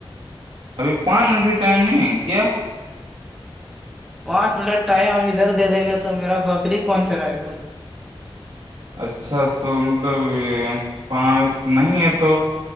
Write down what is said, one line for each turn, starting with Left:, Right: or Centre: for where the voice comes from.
Right: ابھی پانچ منٹ بھی ٹائم نہیں ہے کیا
Centre: پانچ منٹ ٹائم ہم ادھر دے دیں گے تو میرا بکری کوہنچ رہے گا
Right: اچھا تو مطلب پانچ نہیں ہے تو